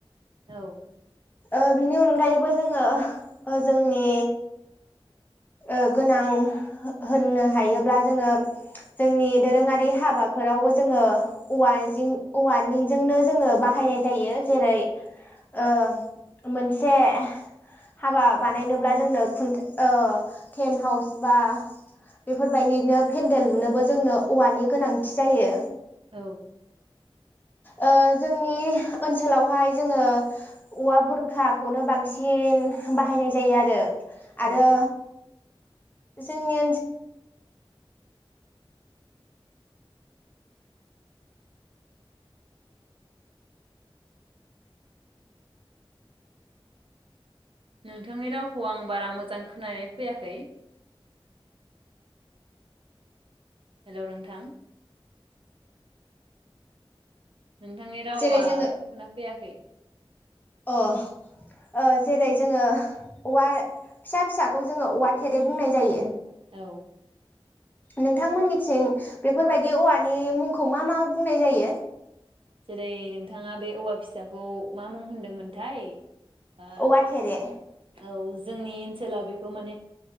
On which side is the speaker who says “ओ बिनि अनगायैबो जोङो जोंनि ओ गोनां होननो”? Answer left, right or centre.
Left